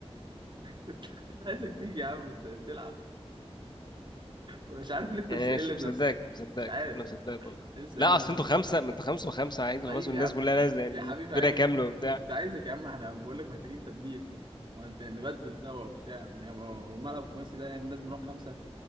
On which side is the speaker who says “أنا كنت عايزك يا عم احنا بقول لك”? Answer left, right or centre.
Right